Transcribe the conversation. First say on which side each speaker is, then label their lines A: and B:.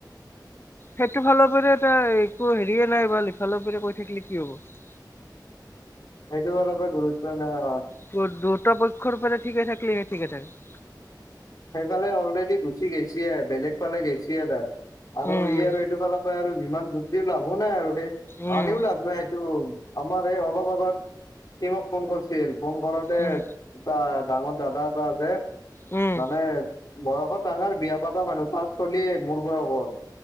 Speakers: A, on the left; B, on the left.
A: <inaudible>
B: সেটো ফালৰ পৰা তই একো হেৰিয়ে নাই বাল ইফালৰ পেৰে কৈ থাকলি কি হ'ব! !!
A: সেইটো অলপো গুৰুত্ব নাই অ,
B: <unintelligible> দুটা পক্ষৰ পৰা ঠিকে থাকিলিহে ঠিকে থাকে।
A: সেইফালে অলৰেডি গুচি গেইছি আৰ বেলেগ ফালে গেইছি আৰ তাৰ আৰু
B: উম
A: ই আৰু এইটো ফালৰ পা আৰু যিমান যোগদি লাভো নাই আৰু। হে
B: উম
A: আনিও লাভ নাই এইটো। আমাৰ এই অলপ আগত সি মোক ফোন কৰিছিল ফোন কৰতে এটা
B: উম উম
A: ডাঙৰ দাদা এটা আছে
B: উম
A: মানে বয়সত ডাঙৰ বিয়া পাতা মানুহ তাৰ চলিয়ে মোৰ বয়সত